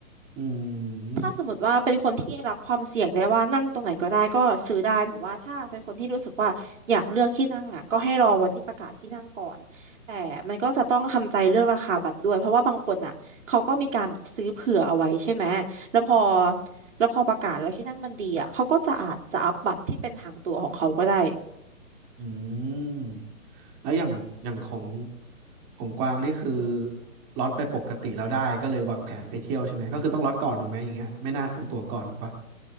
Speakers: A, on the right; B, on the right.
A: อืมอืม
B: ถ้าสมมติว่าเป็นคนที่รับความเสี่ยงได้ว่านั่งตรงไหนก็ได้ก็ซื้อได้แต่ว่าถ้าเป็นคนที่รู้สึกว่าอยากเลือกที่นั่งอ่ะก็ให้รอวันที่ประกาศที่นั่งก่อนแต่มันก็จะต้องทำใจเรื่องราคาบัตรด้วยเพราะว่าบางคนอ่ะเขาก็มีการซื้อเผื่อเอาไว้ใช่ไหมแล้วพอแล้วพอประกาศแล้วที่นั่งมันดีอ่ะเขาก็จะอาจจะอัพบัตรที่เป็นหางตั๋วของเขาก็ได้
A: อืมแล้วอย่างอย่างของของกวางนี่คือล็อตไปปกติแล้วได้ก็เลยวางแผนไปเที่ยวใช่ไหมก็คือต้องล็อตก่อนถูกไหมอย่างเงี้ยไม่น่าซื้อตั๋วก่อนถูกปะ